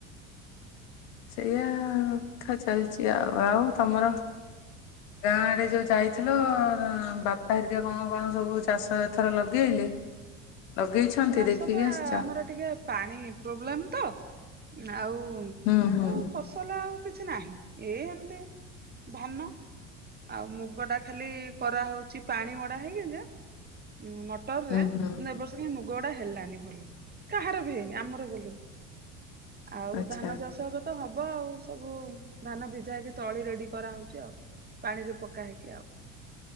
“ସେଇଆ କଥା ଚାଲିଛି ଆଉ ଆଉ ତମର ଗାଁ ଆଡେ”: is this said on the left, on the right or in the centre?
Left